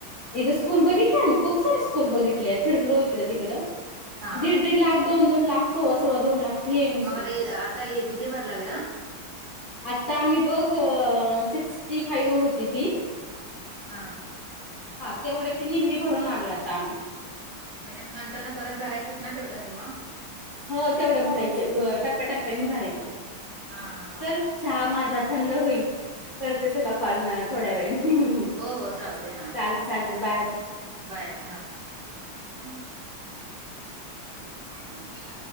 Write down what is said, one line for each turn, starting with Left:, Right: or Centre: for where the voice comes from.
Left: इथे स्कूल बघितले आम्ही खूप सारे स्कूल बघितले. फिरलो इकड तिकड
Right: हा.
Left: दीड दीड लाख, दोन दोन लाख, सव्वा सव्वा दोन लाख फी आहे नुसती.
Right: मग आता आता किती भरला हिला आ?
Left: ते आणि बघ सिक्स्टी फाईव्ह होती फी
Right: हा
Left: हा तेवढ्याची निम्मी भरून आलोय आता आम्ही
Right: म्हणजे नंतरन परत भरायचंच ना तेवढं निम्म.
Left: हो तेवढं भरायचे, व टप्प्याटप्प्याने भरायचे.
Right: हा हा हा.
Left: चल चहा माझा थंड होईल. करते तुला कॉल थोड्या वेळानी.
Right: हो हो चालतंय हा.
Left: चालतं, चालतं. Bye, bye.
Right: बाय, हा, हूं काय म्हणते?